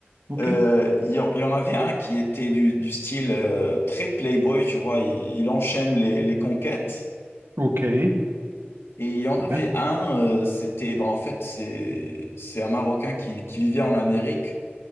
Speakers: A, on the right; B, on the left.
A: Ok.
B: Euh, Il y, en il y en avait un qui était du, du style euh, très playboy, tu vois, il, il enchaîne les, les conquêtes.
A: Ok. Très
B: Et il y en avait
A: bien.
B: un, euh, c'était, bah, en fait, c'est, c'est un Marocain qui, qui vivait en Amérique.